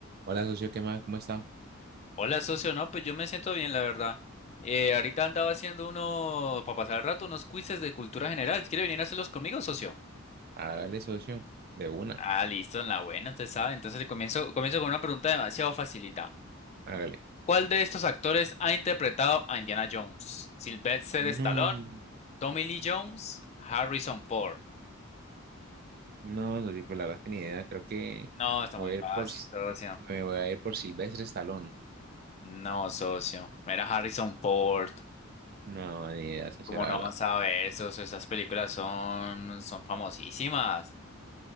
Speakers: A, on the right; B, on the left.
A: Hola, socio, ¿qué más? ¿Cómo está?
B: Hola, socio. No, pues yo me siento bien, la verdad. Eh, ahorita andaba haciendo uno, para pasar el rato, unos quizzes de cultura general. ¿Quiere venir a hacerlos conmigo, socio?
A: Hágale, socio, de una,
B: Ah, listo, en la buena, usted sabe. Entonces le comienzo, comienzo con una pregunta demasiado facilita.
A: hágale.
B: ¿Cuál de estos actores ha interpretado a Indiana Jones? ¿Sylvester
A: No,
B: Stallone, Tommy Lee Jones, Harrison Ford?
A: no, socio, pues la verdad es que ni idea, creo que
B: No, está
A: voy
B: muy fácil,
A: a ir por, S-
B: socio.
A: me voy a ir por Silvestre Stallone.
B: No, socio. Era Harrison Ford.
A: No, ni idea, socio,
B: ¿Cómo
A: la
B: no
A: verdad.
B: vas a ver, socio? Esas películas son, son famosísimas.